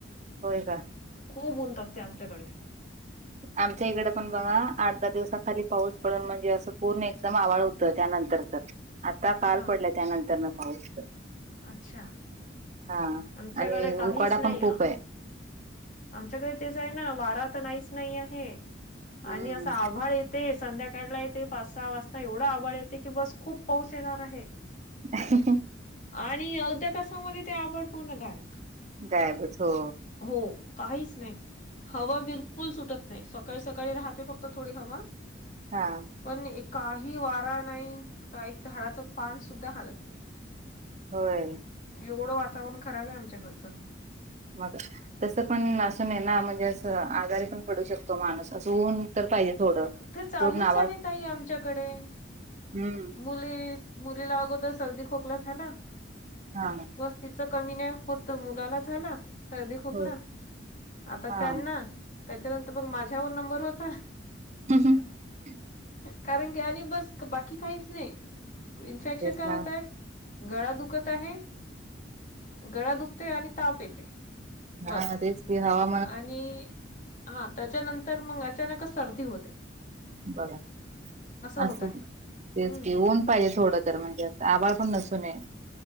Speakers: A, on the right (about 40°); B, on the left (about 45°).
A: होय का?
B: खूप उंनतपते आमच्याकडे
A: आमच्या इकडे पण बघा आठ दहा दिवसाखाली पाऊस पडून म्हणजे असं पूर्ण एकदम आवाळ हो त्यानंतर तर आता काल
B: हा
A: पडलं त्यानंतर न पाऊस तर
B: अच्छा
A: हा
B: आमच्याकडे
A: आणि
B: काहीच
A: उकाडा
B: नाही
A: पण खूप आहे
B: आमच्याकडे तेच आहे ना वारा आता नाहीच नाही आहे
A: हम्म
B: आणि असा आभाळ येत ते संध्याकाळला य ते पाच सहा वाजता एवढा आभळ येते की बस खूप पाऊस येणार आहे
A: ह <unintelligible>
B: आणि अवध्या तासामध्ये ते आवड पूर्ण काय
A: गायबच हो
B: हो काहीच नाही. हवा बिलकुल सुटत नाही. सकाळी, सकाळी राहते फक्त थोडी हवा.
A: हा
B: पण एक काही वारा नाही, का एक झाडाचं पानसुद्धा हालत नाही.
A: होय
B: एवढं वातावरण खराब आहे आमच्याकडचं.
A: मग तसं पण असुन ये ना म्हणजे, असं आजारी पण पडू शकतो माणूस. असं ऊन, तर पाहिजे थोडं.
B: ते चालूच
A: पूर्ण आभाळ
B: आहे ताई आमच्याकडे
A: हम्म
B: मुली मुलीला अगोदर सर्दी खोकला झाला.
A: हा
B: बस तिचं कमी नाही होत तर मुलाला झाला. सर्दी खोकला
A: होय
B: आता
A: हा
B: त्यांना त्याच्यानंतर मग माझ्यावर नंबर होता.
A: हम्म हम्
B: कारण की आणि बस बाकी काहीच नाही इन्फेक्शन
A: तेच
B: काय
A: ना
B: होतय. गळा दुखत आहे. गळा दुखते आणि ताप येते. बस
A: हा तेच की हवा
B: आणि हा त्याच्यानंतर मग अचानक सर्दी होते.
A: बघा,
B: होत
A: असं
B: आहे
A: तेच
B: हम्म
A: की ऊन पाहिजे थोडं तर म्हणजे असं आभळ पण नसत. नये.